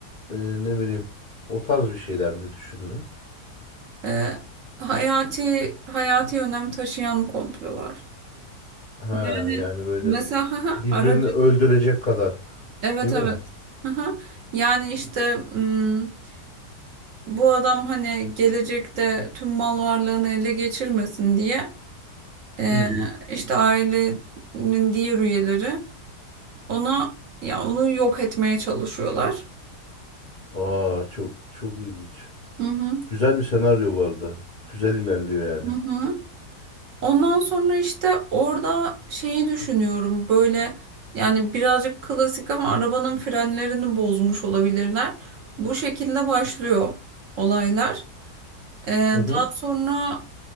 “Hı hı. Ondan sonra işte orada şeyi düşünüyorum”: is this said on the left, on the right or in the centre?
Right